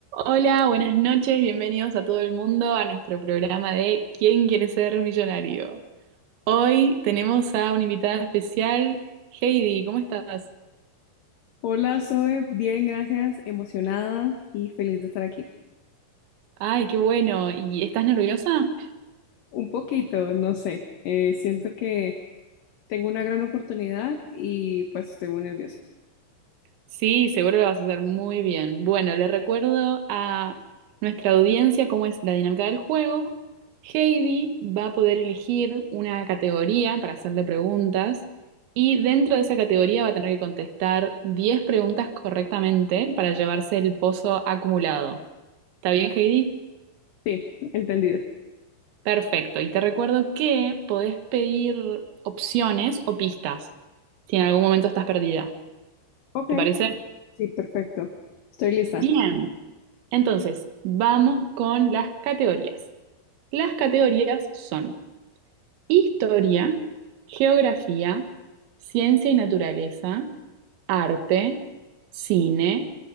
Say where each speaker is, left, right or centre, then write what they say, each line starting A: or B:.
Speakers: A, on the right (about 75°); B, on the left (about 60°).
A: Hola, buenas noches, bienvenidos a todo el mundo a nuestro programa de ¿Quién quiere ser millonario? Hoy tenemos a una invitada especial, Heidi, ¿cómo estás?
B: Hola, Zoe. Bien, gracias. Emocionada y feliz de estar aquí.
A: Ay, qué bueno. ¿Y estás nerviosa?
B: Un poquito, no sé. eh, siento que tengo una gran oportunidad y pues estoy muy nerviosa.
A: Sí, seguro lo vas a hacer muy bien. Bueno, le recuerdo a nuestra audiencia cómo es la dinámica del juego. Heidi va a poder elegir una categoría para hacerle preguntas y dentro de esa categoría va a tener que contestar 10 preguntas correctamente para llevarse el pozo acumulado. ¿Está bien, Heidi?
B: Sí, entendido.
A: Perfecto. Y te recuerdo que podés pedir opciones o pistas si en algún momento estás perdida.
B: Ok.
A: ¿Te parece?
B: Sí, perfecto. Estoy lista.
A: Bien, entonces vamos con las categorías. Las categorías son historia, geografía, ciencia y naturaleza, arte, cine,